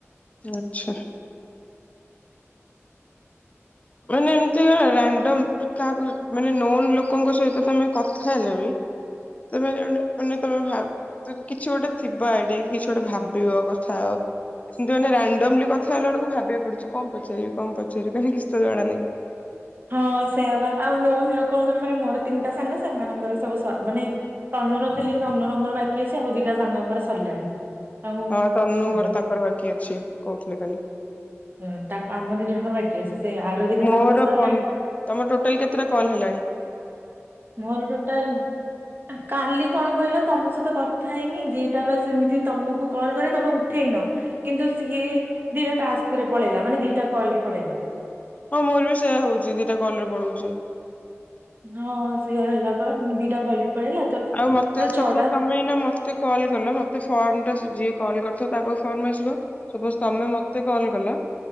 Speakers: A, on the left; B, on the right.
A: ଆଚ୍ଛା। ମାନେ ଏମିତି କଣ ରାଣ୍ଡମ୍ କାହାକୁ ମାନେ ନୋନ୍ ଲୋକଙ୍କ ସହିତ ତମେ କଥା ହେଲେ ବି ତୁମେ ଜଣେ ଉନି ତମେ ଭାବ୍। କିଛି ଗୋଟେ ଥିବ ଆଇଡିଆ କି କିଛି ଗୋଟେ ଭାବିବା କଥା। କିନ୍ତୁ ମାନେ ରାଣ୍ଡମ୍ଲି କଥା ହେଲା ବେଳକୁ ଭାବିବାକୁ ପଡୁଛି କଣ ପଚାରିବି କଣ ପଚାରିବି କାହିଁ କିଛି ତ ଜଣା ନାହିଁ।
B: ହଁ ସେଇଆ ପା ଆଉ ନୋନ୍ ଲୋକଙ୍କର ମାନେ ମୋର ତିନିଟା ସାଙ୍ଗ ସେମାନଙ୍କର ସବୁ ସ ମାନେ ତନୁର ଖାଲି ରନୁର ମୋର ବାକି ଅଛି ଆଉ ଦିଟା ସାଙ୍ଗଙ୍କର ସରିଲାଣି। ତାଙ୍କୁ
A: ହଁ ତନୁଙ୍କର
B: ହବନି।
A: ତାଙ୍କର ବାକି ଅଛି କହୁଥିଲେ କାଲି।
B: ହୁଁ ତା ଆମ ଦି ଜଣଙ୍କର ବାକି ଅଛି ସେ ଆର ଦିଟା
A: ମୋର
B: ସାଙ୍ଗ ସର୍
A: ପନ୍ ତମର୍ ଟୋଟାଲ୍ କେତେଟା କଲ୍ ହେଲାଣି?
B: ମୋର ଟୋଟାଲ୍ କାଲି କଣ କହିଲ ତମ ସହିତ କଥା ହେଇନି ଦିଟା ବା ସେମିତି ତମକୁ କଲ୍ କରି ତମେ ଉ ଠେଇନ କିନ୍ତୁ ସିଏ ଦିଟା ଟାସ୍କରେ ପଳେଇଲା ମାନେ ଦିଟା କଲ୍ ରେ ପଳେଇଲା।
A: ହଁ ମୋର ବି ସେଇୟା ହଉଛି ଦିଟା କଲ୍ ରେ ପଳଉଛି।
B: ହଁ-ହଁ ସେଇଆ ହେଲା ପା ଦିଟା କଲ୍ ରେ ପଳେଇଲା ତ ତା
A: ଆଉ ମତେ ସପୋଜ
B: ଛଅଟା।
A: ତମେ ଏଇନା ମତେ କଲ୍ କଲ ମତେ ଫର୍ମଟା ସେ ଯିଏ କଲ୍ କରିଥିବ ତା ପାଖକୁ ଫର୍ମ ଆସିବ। ସପୋଜ୍ ତମେ ମତେ କଲ କଲ।